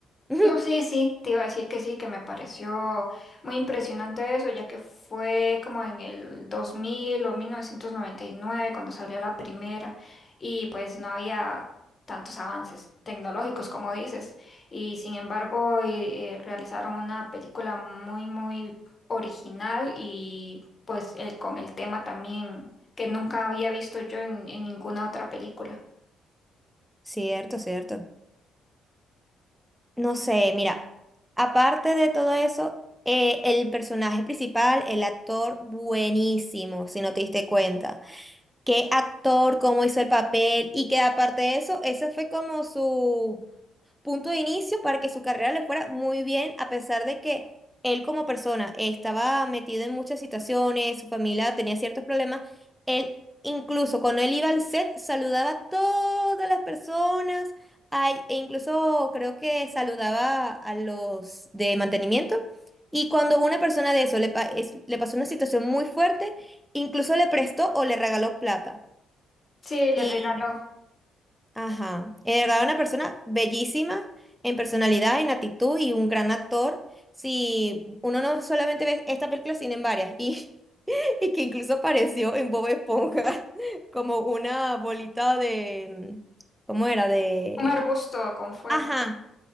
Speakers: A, in the centre; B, on the left.
A: <laughs>
B: No, sí, sí, te iba a decir que sí, que me pareció muy impresionante eso, ya que fue como en el 2000 o 1999 cuando salió la primera y pues no había tantos avances tecnológicos como dices y sin embargo eh, eh, realizaron una película muy, muy original y pues el- con el tema también que nunca había visto yo en, en ninguna otra película.
A: Cierto, cierto. No sé, mira, aparte de todo eso, eh, el personaje principal, el actor, buenísimo, si no te diste cuenta. Qué actor, cómo hizo el papel y que aparte de eso, ese fue como su punto de inicio para que su carrera le fuera muy bien, a pesar de que él como persona estaba metido en muchas situaciones, su familia tenía ciertos problemas, él incluso cuando él iba al set saludaba a todas las personas, ay, e incluso creo que saludaba a los de mantenimiento. Y cuando una persona de eso le, pa- es- le pasó una situación muy fuerte, incluso le prestó o le regaló plata.
B: Sí, le
A: Y
B: regaló
A: Ajá. En verdad, una persona bellísima en personalidad, en actitud y un gran actor. Si uno no solamente ve esta película, sino en varias. Y, <laughs> y que incluso apareció en Bob Esponja <laughs> como una bolita de... mm, ¿Cómo era? De...
B: un arbusto con fuego.
A: Ajá.